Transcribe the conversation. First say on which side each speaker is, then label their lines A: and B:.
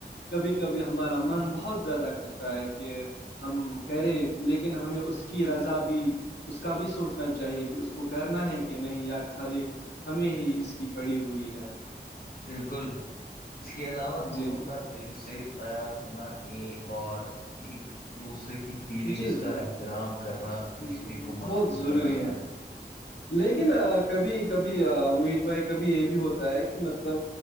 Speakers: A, on the left; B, on the left.
A: کبھی کبھی ہمارا من بہت زیادہ کرتا ہے کہ ہم کہے لیکن ہمیں اس کی رضا بھی اس کا بھی سوچنا چاہیے کہ اس کو کرنا ہے کہ نہیں یا خالی ہمیں ہی اس کی پڑی ہوئی ہے
B: بالکل اس کے علاوہ
A: جی
B: دونوں کا دل سے تیار ہونا ا اور ایک دوسرے کی فیلنگس
A: جی جی
B: کا احترام کرنا
A: جی،
B: رشتے کو مضبوط
A: بہت ضروری
B: بناتا ہے
A: لیکن کبھی کبھی محیت بھائی کبھی یہ بھی ہوتا ہے کہ مطلب